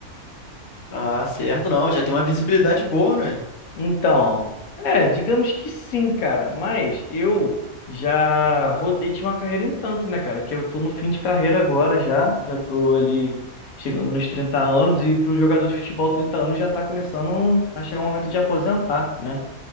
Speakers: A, on the left; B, on the left.
A: Ah, certo, não. Já tem uma visibilidade boa, né?
B: Então, é, digamos que sim, cara. Mas eu já rodei de uma carreira em tanto, né, cara? Que eu tô no fim de carreira agora já. Já tô ali chegando nos trinta anos e pro jogador de futebol 30 anos já tá começando um, a chegar o momento de aposentar, né?